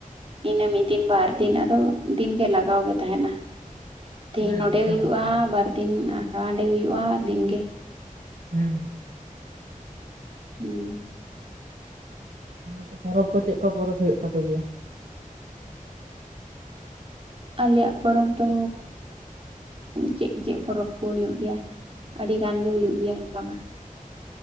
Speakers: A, on the right; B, on the right.
A: ᱤᱱᱟᱹ ᱢᱤᱫ ᱫᱤᱱ ᱵᱟᱨ ᱫᱤᱱ ᱟᱫᱚ ᱫᱤᱱᱜ ᱜᱮ ᱞᱟᱜᱟᱣ ᱜᱮ ᱛᱟᱦᱮᱱᱟ ᱛᱤᱦᱤᱧ
B: ᱦᱮᱸ
A: ᱱᱚᱸᱰᱮ
B: ᱱᱚᱛᱮ
A: ᱦᱩᱭᱩᱜᱼᱟ
B: ᱚᱱᱠᱟ ᱜᱮ
A: ᱟᱵᱟᱨ ᱫᱤᱱ ᱦᱟᱸᱰᱮ ᱦᱩᱭᱩᱜᱼᱟ ᱫᱤᱱᱜᱮ᱾
B: ᱦᱩᱸ᱾
A: ᱦᱩᱸ᱾
B: ᱚᱱᱟᱛᱮ ᱯᱚᱨᱚᱵᱽ ᱠᱚ ᱪᱮᱫ ᱠᱚ ᱯᱚᱨᱚᱵᱽ ᱦᱩᱭᱩᱜ ᱛᱟᱯᱮ ᱜᱮᱭᱟ?
A: ᱟᱞᱮᱭᱟᱜ ᱯᱚᱨᱚᱵᱽ ᱫᱚ ᱪᱮᱫ ᱪᱮᱫ ᱯᱚᱨᱚᱵᱽ ᱠᱚ ᱦᱩᱭᱩᱜ ᱜᱮᱭᱟ ᱟᱹᱰᱤ ᱜᱟᱱ ᱜᱮ ᱦᱩᱭᱩᱜ ᱜᱮᱭᱟ ᱚᱝᱠᱟ ᱢᱟ